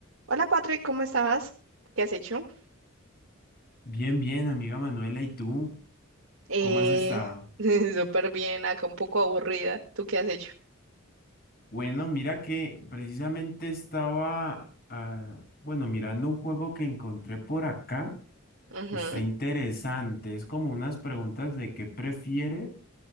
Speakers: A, on the right; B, on the left.
A: Hola Patrick, ¿cómo estás? ¿Qué has hecho?
B: Bien, bien, amiga Manuela, ¿y tú
A: Eh,
B: cómo has estado?
A: <laughs> súper bien, acá un poco aburrida. ¿Tú qué has hecho?
B: Bueno, mira que precisamente estaba, ah, bueno, mirando un juego que encontré por acá.
A: Ujú,
B: Está interesante, es como unas preguntas de qué prefiere